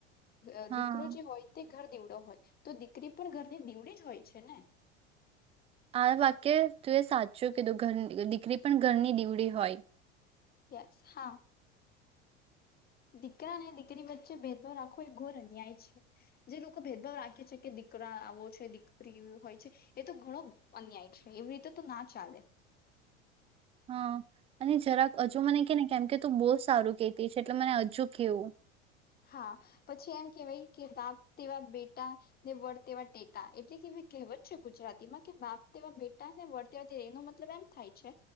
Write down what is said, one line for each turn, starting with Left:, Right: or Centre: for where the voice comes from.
Left: અ
Right: હા
Left: દીકરો જે હોય તે ઘર દીવડો હોય તો દીકરી પણ ઘરની દીવડી જ હોય છે ને
Right: આ વાક્ય તું એ સાચ્યું કીધું ઘર દીકરી પણ ઘરની દેવડી હોય
Left: યસ હા દીકરા અને દીકરી વચ્ચે ભેદભાવ રાખવો એ ઘોર અન્યાય છે જે લોકો ભેદભાવ રાખે છે કે દીકરા આવો છે દીકરી હોય છે એ તો ઘણો અન્યાય છે એવી રીતે તો ના ચાલે
Right: હા અને જરાક હજુ મને કેને કેમ કે તો બહુ સારું કેતી છે એટલે મને હજુ કેવું
Left: હા પછી એમ કેહેવાય કે બાપ તેવા બેટા ને વડ તેવા ટેટા એટલે કે કહેવત છે ગુજરાતીમાં કે બાપ તેવા બેટા ને વડ તેવા એનો મતલબ એમ થાય છે